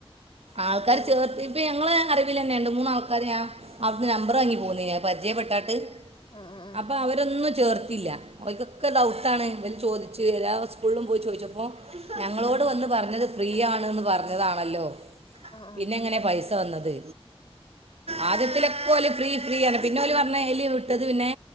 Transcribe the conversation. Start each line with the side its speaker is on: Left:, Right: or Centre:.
Right: ആൾക്കാര്
Left: എവിടെ
Right: ചേർത്തി. ഇപ്പ ഞങ്ങളെ അറിവിലന്നെ ണ്ട് രണ്ട് മൂന്നാൾക്കാര് ഞാ അവിടുന്ന് നമ്പർ വാങ്ങി പോന്നിന് ഞാൻ പരിചയപ്പെട്ടാട്ട്.
Left: ഉം ഉം ഉം
Right: അപ്പ അവരൊന്നും ചേർത്തില്ല ഓൽക്കൊക്കെ ഡൗട്ടാണ് ഇവൽ ചോദിച്ചു വരാ സ്കൂ ള്ളും പോയി ചോയിച്ചപ്പോ ഞങ്ങളോട് വന്ന് പറഞ്ഞത് ഫ്രീ ആണന്ന് പറഞ്ഞതാണല്ലോ
Left: ഉം
Right: പിന്നെ എങ്ങനെ പൈസ വന്നത്. ആദ്യത്തിലെക്കെ ഓൽ ഫ്രീ ഫ്രീ റ്ഞ്ഞ് പിന്നെ ഓല് പറ്ഞ്ഞ് അയ്ല് വിട്ടത് പിന്നെ